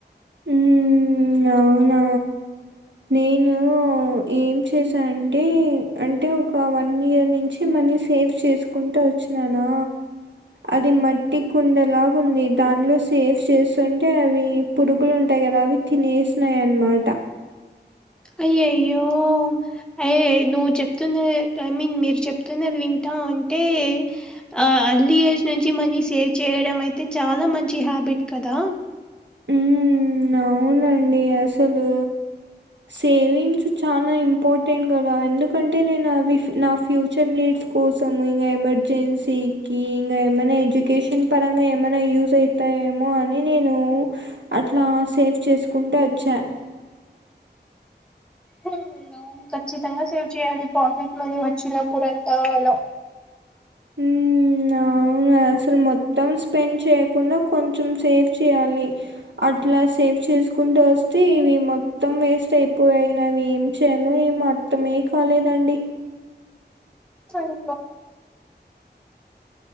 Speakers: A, on the right; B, in the centre.
A: హ్మ్ అవునా నేను ఏం చేశాంటే అంటే ఒక వన్ ఇయర్ నుంచి మనీ సేవ్ చేసుకుంటూ వచ్చిననా అది మట్టి కుండలాగా ఉంది దాంట్లో సేవ్ చేస్తుంటే అవి పురుగులు ఉంటాయి కదా అవి తినేసినాయ్ అన్నమాట
B: అయయ్యో అయ నువ్వు చెప్తున్నది ఐ మీన్ మీరు చెప్తున్నది వింటా ఉంటే ఆ అర్లీ ఏజ్ నుంచి మనీ సేవ్ చేయడం అయితే చాలా మంచి హ్యాబిట్ కదా
A: ఉమ్ అవునండి అసలు సేవింగ్స్ చాలా ఇంపార్టెంట్ కదా ఎందుకంటే నేను అవి నా నా ఫ్యూచర్ నీడ్స్ కోసం ఇంకా ఎమర్ ఎజెన్సీకి ఇంకా ఏమైనా ఎడ్యుకేషన్ పరంగా ఏమైనా యూజ్ అవుతాయేమో అని నేను అట్లా సేఫ్ చేసుకుంటవచ్చా
B: ఆ లోన్ ఖచ్చితంగా సేవ్ చేయాలి పాకెట్ మనీ వచ్చినప్పుదంత అలా
A: ఉమ్ నా అవును గాదా అసలు మొత్తం స్పెండ్ చేయకుండా కొంచెం సేవ్ చేయాలి అట్లా సేవ్ చేసుకుంటూ వస్తే ఇవి మొత్తం వేస్ట్ అయిపోయాయి నావి ఏం చేయాలో ఏమో మొత్తమే కాలేదండి
B: చాలా